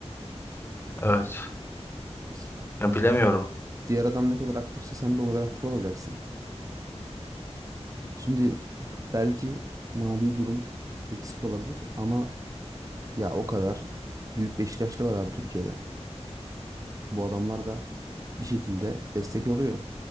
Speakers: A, on the left; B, on the right.
A: Evet.
B: S-
A: Ya bilemiyorum.
B: Diğer adam ne kadar aktifse sen de o kadar aktif olacaksın. Şimdi belki mali durum eksik olabilir ama ya o kadar büyük Beşiktaşlı var abi Türkiye'de. Bu adamlar da bir şekilde destek oluyor.